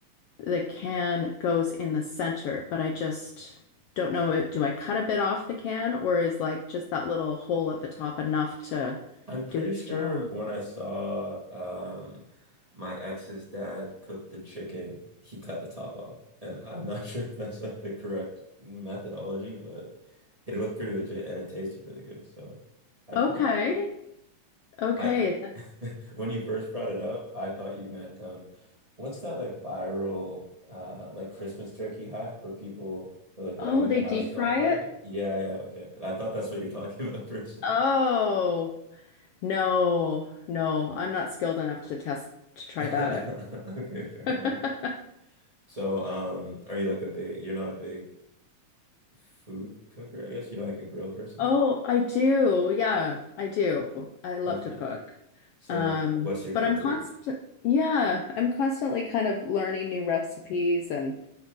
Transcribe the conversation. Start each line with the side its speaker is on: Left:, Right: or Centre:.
Left: the can goes in the center, but I just don't know it- do I cut a bit off the can or is like just that little hole at the top enough to
Right: I'm pretty
Left: do its
Right: sure
Left: job?
Right: when I saw um, my ex's dad cook the chicken, he cut the top off. And I'm not <laughs> sure if that's like the correct methodology, but it looked pretty legit and it tasted really good. So I'd
Left: Okay.
Right: probably go.
Left: Okay,
Right: I when you first brought it up, I thought you meant um, what's that like viral uh like Christmas turkey hack where people were like lighting
Left: Oh, they
Right: their houses
Left: deep fry
Right: on fire?
Left: it?
Right: Yeah, yeah, okay. I thought that's what you're talking <laughs> about for a second.
Left: Oh, no, no, I'm not skilled enough to test to try
Right: <laughs>
Left: that
Right: Okay, fair
Left: out.
Right: enough.
Left: <laughs>
Right: So, um, are you like a big, you're not a big food cooker, I guess? You're not like a grill person?
Left: Oh, I do. Yeah, I do. I love
Right: Okay.
Left: to cook.
Right: So
Left: Um,
Right: like, what's your go-to?
Left: but I'm constant, yeah, I'm constantly kind of learning new recipes and